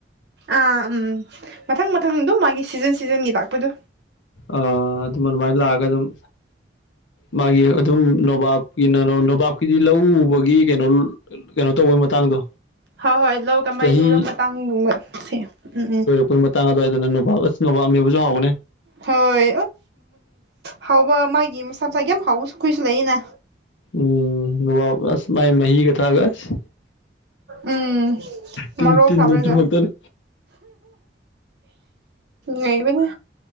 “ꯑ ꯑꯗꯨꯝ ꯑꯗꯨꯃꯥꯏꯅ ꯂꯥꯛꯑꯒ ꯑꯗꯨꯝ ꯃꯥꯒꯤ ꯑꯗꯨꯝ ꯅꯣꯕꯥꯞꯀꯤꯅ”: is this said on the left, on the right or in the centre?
Left